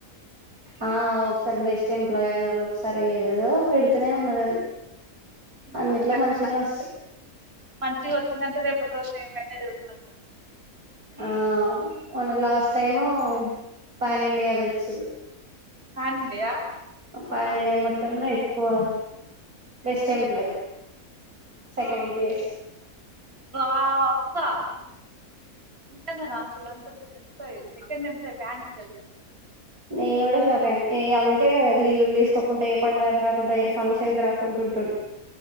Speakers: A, on the right; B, on the right.
A: ఆ ఒకసారి బెస్ట్ ఎంప్లాయీ అయిన ఒకసారి ఏదో పెడుతూనే ఉన్నారు. అది
B: ఇంకెంది
A: అన్నిట్లో మంచిగానే
B: మరి
A: వస్తాయి
B: మంచి మంచిగా వచ్చిందంటే రేపు రోజు మేము మేమే తిరుగుతం
A: ఆ మోన్న లాస్ట్ టైము <unintelligible> వచ్చిలు
B: <unintelligible>
A: పనినే మొత్తంలో ఎక్కువ బెస్ట్ ఎంప్లాయ్ సెకండ్
B: ఆ
A: ప్లేస్
B: వావ్ అక్క నిజంగా రా అసలు అంత పెద్ద ఎంప్లాయ్ సెకండ్ ఎంప్లాయ్ పనికేల్
A: నేను కూడా షాక్ అయిన ఏ అందుకే కదా లీవులు తీసుకోకుండా ఏ పండుగకి రాకుండా ఏ ఫంక్షన్ కి రాకుండా ఉంటాడు